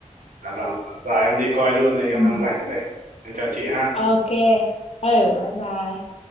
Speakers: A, on the right; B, on the left.
A: Dạ vâng. Giờ em đi coi luôn đây, em
B: <laughs> ừ,
A: đang rảnh đấy. Em chào chị ha.
B: ok. Ừ, bye bye.